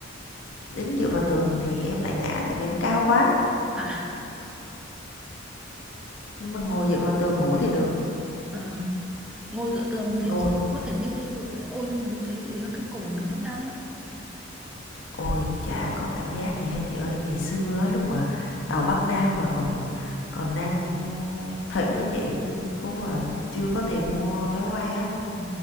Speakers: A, on the left; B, in the centre.
A: Đứng dựa vào tường thì em lại ngã tại vì em cao quá,
B: À,
A: nhưng
B: <laughs>
A: mà ngồi dựa vào tường ngủ thì được.
B: à, ngồi dựa tường
A: Ngồi
B: thì chị cũng có thể thiêu thiêu được ấy. Ôi nhưng mà như thế thì cái cổ mình nó đau lắm.
A: ôi, chả có cảm giác gì hết chị ơi. Ngày xưa á, lúc mà tàu Bắc Nam mà còn còn đang thịnh á chị,
B: Ừ.
A: không mà chưa có tiền mua vé máy bay á,
B: Ừ.